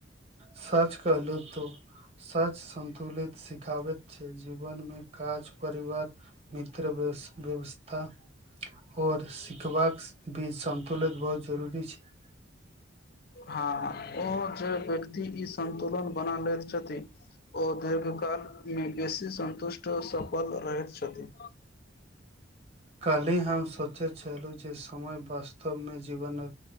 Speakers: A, on the right; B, on the left.
A: सच कहलु तू सच संन्तुलित सिखाबैत छै जीवन मे काज परिवार मित्र व्यवस्था और सिखबाक भी संतुलित बहुत जरूरी छैय
B: हँ हँ ओहो जे व्यक्ति ई संन्तुलन बना लैत छथि ओ दीर्घकाल मे बेसी सन्तुष्ट सफल रहैत छथि
A: काल्हि हम सोचैत छलहुँ जे समय वास्तवमे जीवनक